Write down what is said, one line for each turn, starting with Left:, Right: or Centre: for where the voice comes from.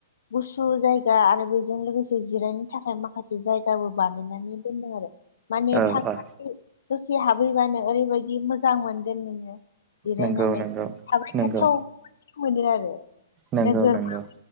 Left: गुसु जायगा आरो बेजों लोगोसे जिरायनो थाखाय माखासे जायगाबो बानायनानै दोनदों आरो माने
Right: औ
Left: थांनानै
Right: औ
Left: दसे हाबैबानो ओरैबायदि मोजां मोनगोन नोङो जिरायनानै
Right: नंगौ नंगौ
Left: थाबाय
Right: नंगौ
Left: थाथाव मोनो आरो
Right: नंगौ
Left: नोगोरमा
Right: नंगौ